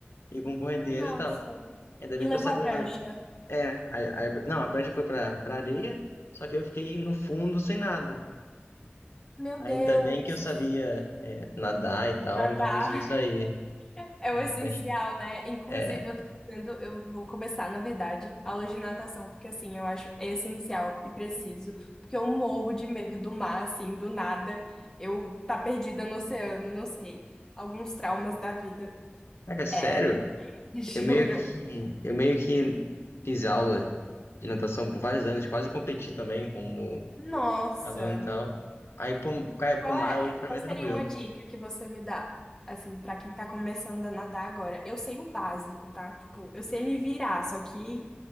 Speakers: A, on the left; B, on the left.
A: e com correnteza
B: Nossa.
A: e tal. Ainda
B: E
A: bem
B: levou
A: que eu sabia
B: a prancha.
A: nada. É, aí- aí- não, a prancha foi pra, pra areia, só que eu fiquei no fundo sem nada.
B: Meu
A: Ainda
B: Deus.
A: bem que eu sabia, é, nadar e tal,
B: Nadar
A: então eu consegui sair.
B: <laughs> é
A: Ah,
B: o essencial,
A: Mas,
B: né? Inclusive,
A: é,
B: eu tô fazendo, eu vou começar, na verdade, aula de natação, porque assim, eu acho essencial e preciso, porque eu morro de medo do mar, assim, do nada. Eu tá perdida no oceano, não sei. Alguns traumas da vida.
A: cara, sério,
B: É, <laughs> juro.
A: eu meio que, eu meio que fiz aula de natação por vários anos, quase competi também como
B: Nossa.
A: Falou então. Aí, pro, cara, pro
B: Qual
A: mar
B: é,
A: hoje pra
B: qual
A: mim é
B: seria
A: tranquilo.
B: uma dica que você me dá, assim, pra quem tá começando a nadar agora? Eu sei o básico, tá? Tipo, eu sei me virar, só que